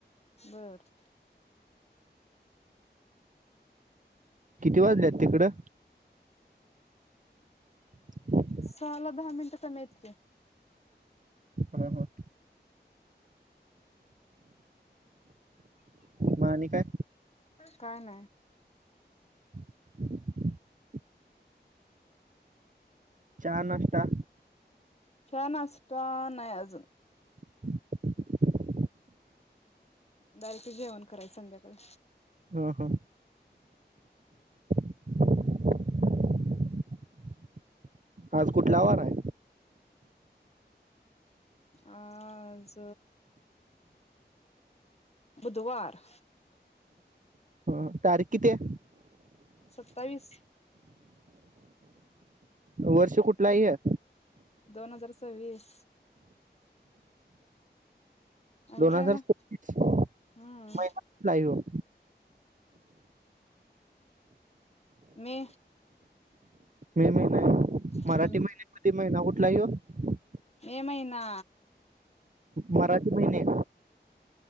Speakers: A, on the left; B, on the right.
A: बरं.
B: किती वाजलेत तिकड. <inaudible>
A: सहाला दहा मिनटं कमी आहेत की.
B: हां हां. म आणि काय.
A: काय नाही.
B: <inaudible> चहा नाष्टा.
A: चहा नाष्टा नाही अजून.
B: <inaudible>
A: डायरेक्ट जेवण करायचं संध्याकाळी.
B: ह ह <inaudible> आज कुठंला वार हाय.
A: आज. बुधवार.
B: ह तारीख किती हाय.
A: सत्तावीस.
B: वर्ष कुठला आहे हे.
A: दोन हजार सवीस. आणि
B: दोन
A: काय
B: हजार
A: मग,
B: सव्वीस
A: हम्म.
B: महिना कुठला आहे ह्यो
A: मे.
B: मे महिना. मराठी
A: हम्म
B: महिने मध्ये महिना कुठला कुठला हाय ह्यो.
A: मे महिना.
B: मराठी महिने.